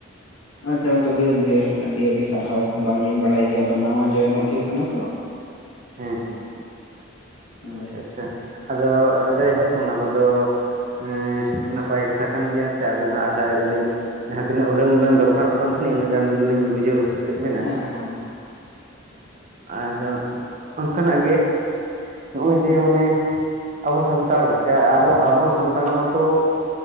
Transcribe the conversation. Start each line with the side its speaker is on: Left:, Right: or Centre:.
Left: ᱟᱪᱪᱷᱟ ᱜᱚᱝᱠᱟᱮ ᱵᱮᱥ ᱜᱮ ᱟᱹᱰᱤ ᱟᱹᱰᱤ ᱥᱟᱨᱦᱟᱣ ᱵᱟᱝᱞᱤᱧ ᱵᱟᱲᱟᱭ ᱜᱮᱭᱟ ᱟᱫᱚ ᱱᱟᱣᱟ ᱡᱚᱭᱮᱱᱚᱜ ᱦᱩᱭᱩᱜ ᱠᱟᱱᱟ ᱛᱚ᱾
Right: ᱦᱮᱸ ᱦᱮᱸ
Left: ᱦᱳᱭ
Right: ᱟᱪᱪᱷᱟ ᱟᱪᱪᱷᱟ ᱟᱫᱚ ᱡᱟᱭᱦᱳᱠ ᱚᱱᱟ ᱠᱚᱫᱚ ᱮᱸ ᱱᱟᱯᱟᱭ ᱠᱟᱛᱷᱟ ᱠᱟᱱ ᱜᱮᱭᱟ ᱥᱮ ᱟᱵᱮᱱ ᱦᱟᱜ ᱟᱥᱟᱭ ᱫᱟᱞᱤᱧ᱾ ᱡᱟᱦᱟᱸ ᱛᱤᱱᱟᱹᱜ ᱦᱩᱰᱟᱹᱝ ᱵᱮᱱ ᱫᱚᱨᱠᱟᱨᱚᱜ ᱠᱟᱱ ᱛᱟᱸᱦᱮᱱᱟ ᱤᱱᱟᱹᱜ ᱜᱟᱱ ᱫᱚᱞᱤᱧ ᱵᱩᱡᱷᱟᱹᱣ ᱦᱚᱪᱚ ᱠᱮᱫ ᱢᱮᱱᱟ
Left: ᱦᱮᱸ ᱦᱮᱸ
Right: ᱟᱫᱚ ᱚᱱᱠᱟᱱᱟᱜ ᱜᱮ ᱱᱚᱜᱼᱚᱭ ᱡᱮ ᱚᱱᱮ ᱟᱵᱚ ᱥᱟᱱᱛᱟᱲ ᱟᱵᱚ ᱟᱵᱚ ᱥᱟᱱᱛᱟᱲ ᱢᱟᱛᱚ᱾